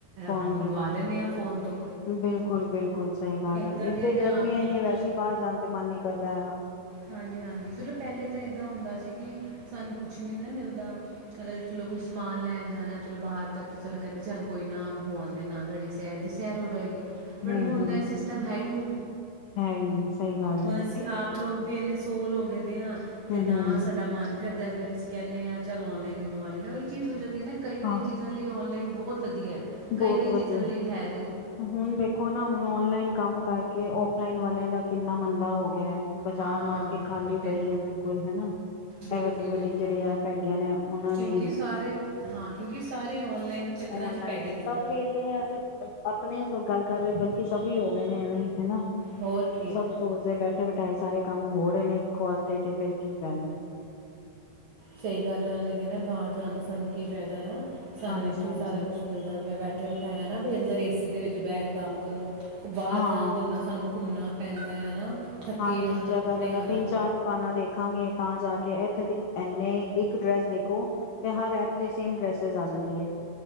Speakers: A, on the left; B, on the right.
A: ਕੌਣ
B: ਮੰਗਵਾ
A: ਕਰ,
B: ਲੈਂਦੇ ਹਾਂ ਫੋਨ ਤੋਂ
A: ਬਿਲਕੁਲ ਬਿਲਕੁਲ ਸਹੀ ਗੱਲ
B: ਇਦਾਂ
A: ਹੈ ਇੱਥੇ
B: ਦੀਆਂ ਤੇ
A: ਗਰਮੀ
B: ਆਪਦੀਆਂ
A: ਇੰਨੀ ਹੈ ਵੈਸੇ ਬਾਹਰ ਜਾਣ ਤੇ ਮਨ ਨੀ ਕਰਦਾ <unintelligible>
B: ਹਾਂਜੀ ਹਾਂਜੀ ਚਲੋ ਪਹਿਲੇ ਤਾਂ ਇਦਾਂ ਹੁੰਦਾ ਸੀ ਕਿ ਸਾਨੂੰ ਕੁਛ ਨੀ ਨਾ ਮਿਲਦਾ ਕ ਚਲੋ ਕੋਈ ਸਮਾਨ ਲੈਣ ਜਾਣਾ ਚਲੋ ਬਾਹਰ ਤੱਕ ਚਲੋ ਕਹਿੰਦੇ ਚੱਲ ਕੋਈ ਨਾ ਹੋ ਆਨੇ ਨਾਲ ਸਾਡੀ ਸੈਰ ਦੀ ਸੈਰ ਹੋ ਜਾਏਗੀ
A: ਹੂੰ
B: ਬਟ ਹੁਣ
A: ਹੂੰ
B: ਤਾਂ ਇਹ ਸਿਸਟਮ ਹੈ ਹੀ ਨਹੀਂ
A: ਹੈ ਹੀ ਸਹੀ ਗੱਲ
B: ਹੁਣ
A: ਹੈ
B: ਅਸੀਂ ਆਪ ਲੋਕ ਵੀ ਇੰਨੇ ਸੋਲ ਹੋ ਗਏ ਦੇ ਆ ਤੇ
A: ਹੂੰ
B: ਨਾ
A: ਹੂੰ
B: ਸਾਡਾ ਮਨ ਕਰਦਾ ਫੇਰ ਅਸੀਂ ਕਹਿੰਦੇ ਹਾਂ ਚੱਲ ਔਨਲਾਈਨ ਮੰਗਵਾ ਲੈਂਦੇ ਓਹ ਹੀ ਚੀਜ਼ ਹੋ ਜਾ ਨਾ ਕਈ
A: ਹਾਂ
B: ਕਈ ਚੀਜ਼ਾਂ ਲਈ ਔਨਲਾਈਨ ਬਹੁਤ ਵਧੀਆ ਹੈ, ਕਈ
A: ਬਹੁਤ
B: ਕਈ
A: ਵਧੀਆ
B: ਚੀਜ਼ਾਂ ਲਈ ਹੈ ਨਹੀਂ
A: ਹੁਣ ਦੇਖੋ ਨਾ ਹੁਣ ਓਨਲਾਈਨ ਕੰਮ ਕਰਕੇ ਕੇ ਆਫਲਾਈਨ ਵਾਲਿਆਂ ਦਾ ਕਿੰਨਾ ਮੰਦਾ ਹੋ ਗਿਆ ਹੈ ਬਜ਼ਾਰ
B: ਹਾਂ
A: ਮਾਰਕੀਟ ਖਾਲੀ
B: ਬਿਲ
A: ਪਈ ਹੈ ਬਿਲਕੁਲ ਹਨਾ
B: ਬਿਲਕੁਲ
A: ਇਹ ਵੱਡੀ ਵੱਡੀ
B: ਬਿਲਕੁਲ
A: ਜਿਹੜੀ ਐਪ ਹੈਗੀਆਂ ਨੇ ਉਹਨਾਂ
B: ਕਿਉਂਕਿ
A: ਨੇ
B: ਸਾਰੇ ਹਾਂ ਕਿਉਂਕਿ ਸਾਰੇ ਆਨਲਾਈਨ ਚੱਕਰਾਂ
A: ਓਨਲਾਈਨ
B: 'ਚ ਪੈ ਗਏ ਦੇ ਨੇ
A: ਸਭ ਵੇਖਦੇ ਨੇ ਅਸੀਂ ਆਪਣੇ ਗੱਲ ਕਰ ਰਹੇ ਬਲਕਿ ਸਭ ਹੀ ਹੋ ਗਏ ਨੇ ਐਵੇਂ ਹਨਾ
B: ਹੋਰ ਕੀ
A: ਸਭ ਸੋਚਦੇ ਬੈਠੇ ਬਿਠਾਏ ਸਾਰੇ ਕੰਮ ਹੋਰ ਇੱਕ <unintelligible> ਤੇ ਤੇ ਫਿਰ ਕੀ ਫਾਇਦਾ
B: ਸਹੀ ਗੱਲ ਉਹਨਾਂ ਨੇ ਕਹਿਣਾ ਬਾਹਰ ਜਾਣ ਦਾ ਸਾਨੂੰ ਕੀ ਫਾਇਦਾ ਆ ਸਾਨੂੰ
A: ਹਾਂਜੀ
B: ਇੱਥੇ
A: ਹਾਂਜੀ
B: ਹੀ ਸਾਰਾ ਕੁਛ ਮਿਲਦਾ ਪਿਆ ਬੈਠੇ ਬੈਠੇ ਬਿਠਾਏ ਹਨਾ ਬ ਅੰਦਰ ਏਸੀ ਦੇ ਵਿੱਚ ਬਹਿ ਕੇ ਕੰਮ ਕਰੋ ਬਾਹਰ
A: ਹਾਂ
B: ਜਾਣ ਤੇ ਹੁੰਦਾ ਸਾਨੂੰ ਘੁੰਮਣਾ ਪੈਂਦਾ ਹੈ ਨਾ ਥੱਕੇ
A: ਹਾਂਜੀ
B: ਆਣਾ
A: ਜਗ੍ਹਾ
B: ਟੁੱਟੇ
A: ਜਗ੍ਹਾ
B: ਆਣਾ
A: ਤਿੰਨ ਚਾਰ ਦੁਕਾਨਾਂ ਦੇਖਾਂਗੇ ਤਾਂ ਜਾ ਕੇ ਇੱਥੇ ਦੇ ਇੰਨੇ ਇੱਕ ਡ੍ਰੈਸ ਦੇਖੋ ਤੇ ਹਰ ਐਪ ਤੇ ਸੇਮ ਡ੍ਰੈਸ ਆ ਜਾਂਦੀ ਹੈ